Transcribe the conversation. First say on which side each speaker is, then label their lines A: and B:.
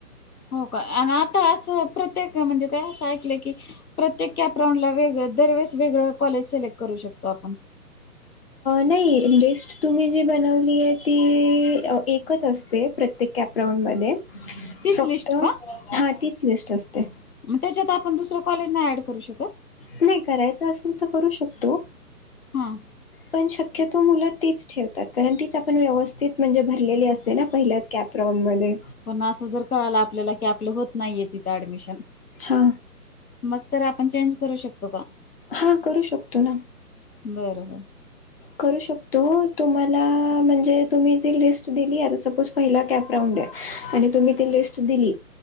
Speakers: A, on the left; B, on the left.
A: हो का आणि आता असं प्रत्येक म्हणजे काय असं ऐकलंय की प्रत्येक कॅपराऊंडला वेग दरवेळेस वेगळं कॉलेज सिलेक्ट करू शकतो आपण.
B: नाही लिस्ट तुम्ही जी बनवली आहे ती एकच असते प्रत्येक. कॅपरॉनमध्ये मध्ये
A: तीच
B: फक्त
A: लिस्ट का
B: हा तीच लिस्ट असते.
A: मग त्याच्यात आपण दुसरं कॉलेज नाही ऍड करू शकत?
B: नाही करायच असेल तर करू शकतो.
A: हां
B: पण मुख्यतो मुलं तीच ठेवतात कारण तीच आपण व्यवस्थित म्हणजे भरलेली असते ना पहिल्याच कॅपराऊंडमध्ये.
A: पण असं जर कळाला आपल्याला की आपलं होत नाहीये तिथं ऍडमिशन.
B: हा
A: मग तर आपण चेंज करू शकतो. का
B: हा करू शकतो.
A: बरं.
B: करू शकतो तुम्हाला म्हणजे तुम्ही ती लिस्ट दिली आता सपोज पहिला कॅपराऊंड आहे आणि तुम्ही ती लिस्ट दिली.